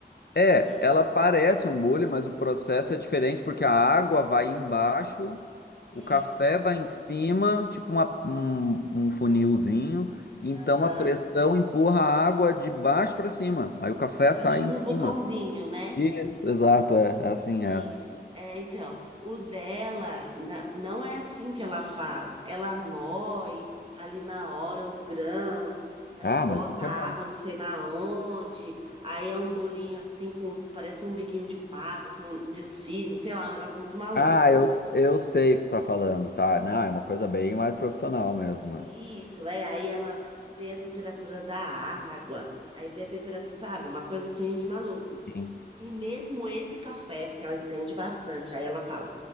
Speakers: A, on the left; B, on the right.
A: É,
B: E
A: ela parece um bule, mas o processo é diferente porque a água vai embaixo,
B: isso.
A: o café vai em cima, tipo uma- um, um funilzinho, então
B: Aham.
A: a pressão empurra a água de baixo para cima. Aí o café
B: Aí faz
A: sai
B: tipo
A: em cima.
B: um vulcãozinho, né?
A: Isso, exato, é, é assim
B: Isso.
A: é essa.
B: É, então, o dela na- não é assim que ela faz. Ela moe ali na hora os grãos, aí
A: Ah,
B: bota
A: mas assim que
B: água
A: é bom.
B: não sei na onde, aí é um bolinho assim com parece um biquinho de pato, assim, um- de cisne, sei lá, um negócio muito maluco.
A: Ah, eu, s- eu sei o que tu tá falando, tá? Não, é uma coisa bem mais profissional mesmo.
B: Isso, é, aí ela vê a temperatura da água, aí vê a temperatura, sabe, uma coisa assim de maluco.
A: É, Sim.
B: E mesmo esse café, porque ela entende bastante, aí ela fala